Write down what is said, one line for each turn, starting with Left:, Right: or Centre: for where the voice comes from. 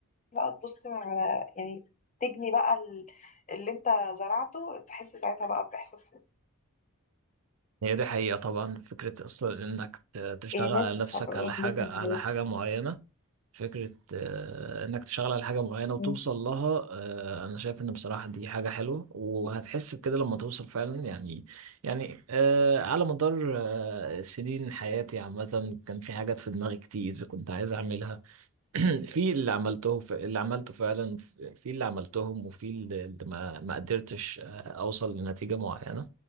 Left: بقى تبص على يعني تجني بقى ال- اللي انت زرعته تحس ساعتها بقى بإحساس
Right: هي دي حقيقه طبعا فكره اصلا انك ت- تشتغل
Left: إيه
Right: على
Left: ناس
Right: نفسك
Left: ح-
Right: على
Left: أحداثهم
Right: حاجه على
Left: في حياتي
Right: حاجه معينه فكرة آه، إنك تشتغل على حاجة معينة وتوصل
Left: مم.
Right: لها آه، أنا شايف إن بصراحة دي حاجة حلوة وهتحس بكده لما توصل فعلا يعني يعني آه، على مدار آه، سنين حياتي عامة كان في حاجات في دماغي كتير كنت عايز أعملها <clears throat> في اللي عملته ف- اللي عملته فعلا في اللي عملتهم وفي اللي اللي ما ما قدرتش آه، اوصل لنتيجة معينة